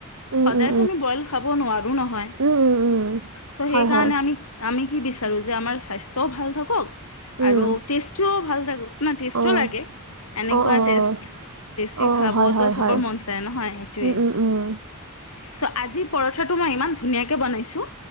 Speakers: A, on the right; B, on the left.
A: উম
B: সদায়তো
A: উম
B: আমি বইল খাব নোৱাৰোঁ নহয়।
A: উম উম উম উম
B: চ
A: হয়
B: সেই কাৰণে
A: হয়
B: আমি আমি কি বিচাৰো যে আমাৰ স্বাস্থ্যও ভাল থাকক,
A: উম
B: আৰু টেষ্টটোও ভাল থাকক না টেষ্টও
A: অঁ
B: লাগে, এনেকুৱা
A: অঁ অঁ
B: টেষ্ট
A: অঁ
B: টেষ্টি
A: অঁ
B: খাবতো
A: হয় হয়
B: সবৰ
A: হয়
B: মন যায় নহয় সেইটোৱে।
A: উম উম উম
B: ছ আজি পৰঠাটো মই ইমান ধুনীয়াকৈ বনাইছোঁ।